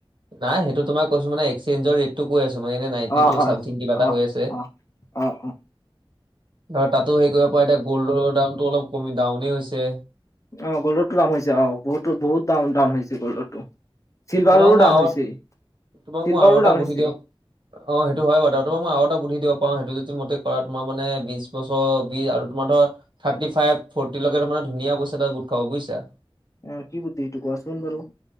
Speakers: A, on the right; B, on the left.
A: নাই, সেইটো তোমাৰ কৈছোঁ মানে একচেঞ্জৰ ৰেট ত, কৈ আছোঁ! মানে এনে নাইনটি
B: অ
A: টু
B: অ
A: চামথিং কিবা এটা
B: অ
A: হৈ আছে!
B: অ অ অ
A: আৰু তাতো হেৰি কৰিব পাৰা! এতিয়া গ'ল্ডৰ দামটো অলপ কমি ডাউনেই হৈছে!
B: অ', গল্ডৰটো দাম হৈছে! অ', বহুতো বহুত দাম ডাউন হৈছে! গল্ডৰটো চিলভাৰৰো
A: তোমাক মই
B: ডাউন
A: আৰু
B: হৈছে!
A: তোমাক
B: চিলভাৰো
A: মই আৰু এটা
B: ডাউন
A: বুদ্ধি
B: হৈছে!
A: দিব অ', হেইটো হয় বাৰু উ তোমাক মই আগ এটা বুধি দিব পাৰোঁ! হেইটো যদি মতে কৰা তোমাৰ মানে বিশ বছৰ বি আৰু তোমাৰ ধৰ থাৰ্টি ফাইভ ফৰ্টিলৈকে তাৰমানে ধুনীয়া পইছা এটা গোট খাব বুজিছা।
B: অ', কি বুদ্ধি এইটো কোৱাচোন বাৰু